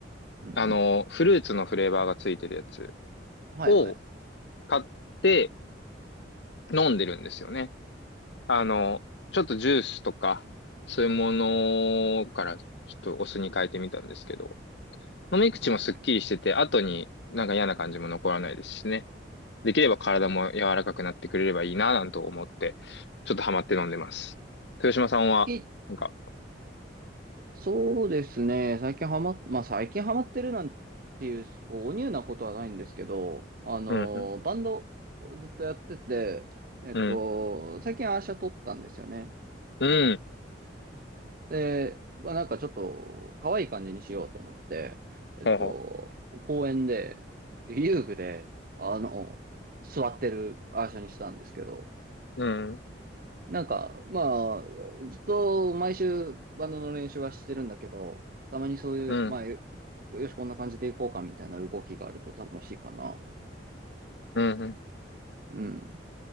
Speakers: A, on the right; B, on the left.
A: うんうん。
B: あの、フルーツのフレーバーがついてるやつ
A: はいはい。
B: を買って飲んでるんですよね。あの、ちょっとジュースとか、そういうものからちょっとお酢に変えてみたんですけど、飲み口もすっきりしてて、
A: はいはい。
B: 後になんか嫌な感じも残らないですしね。できれば体も柔らかくなってくれればいいな、なんと思って、ちょっとハマって飲んでます。豊島さんは、
A: い
B: なんか、
A: そうですね。最近ハマ、まあ最近ハマってるなんていう、こう、おニューなことはないんですけど、あの、
B: うんうん、
A: バンドずっとやってて、えっと、
B: うん
A: 最近アーシャ撮ったんですよね。
B: うん。
A: で、まあなんかちょっと可愛い感じにしようと思って、えっと、
B: はは。
A: 公園で、遊具で、あの、座ってるアーシャにしたんですけど、
B: うん。
A: なんか、まあ、ずっと毎週バンドの練習はしてるんだけど、たまにそういう、
B: うん。
A: まあ、よ、よし、こんな感じでいこうかみたいな動きがあると楽しいかな。
B: うん。うん。
A: うん。